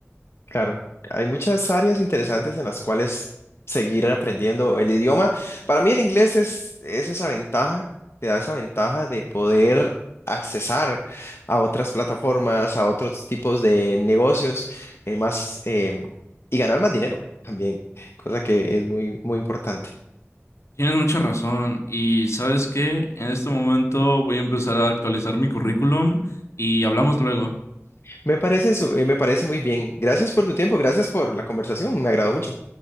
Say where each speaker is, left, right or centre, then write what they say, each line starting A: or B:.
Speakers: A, on the left; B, on the left.
A: Claro, hay muchas áreas interesantes en las cuales seguir aprendiendo el idioma. Para mí el inglés es, es esa ventaja, te da esa ventaja de poder accesar a otras plataformas, a otros tipos de negocios, eh, más em, y ganar más dinero también, cosa que es muy, muy importante.
B: Tienes mucha razón. Y sabes qué, en este momento voy a empezar a actualizar mi currículum y hablamos luego.
A: Me parece, su- eh, me parece muy bien. Gracias por tu tiempo, gracias por la conversación, me agradó mucho.